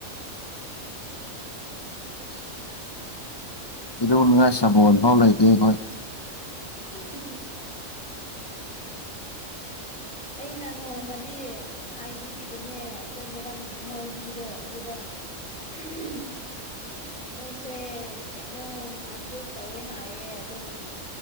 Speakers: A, on the left; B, in the centre.
A: <unintelligible> ꯏ ꯅꯨꯡꯉꯥꯏ ꯆꯕꯣꯜ ꯐꯥꯎ ꯂꯩꯇꯦꯈꯣꯏ
B: <inaudible> ꯑꯩꯅ ꯅꯣꯡꯃꯗꯤ ꯍꯥꯏꯕꯤꯕꯅꯦ ꯑꯩꯈꯣꯏ ꯃꯦꯗꯥꯝ ꯑꯅꯣꯏꯕꯤꯗꯣ ꯑꯗꯨꯗ ꯍꯝ ꯃꯣꯏꯁꯦ ꯀꯩꯅꯣꯝ ꯑꯗꯨ ꯇꯧꯋꯦ ꯍꯥꯏꯌꯦ ꯑꯗꯨꯝ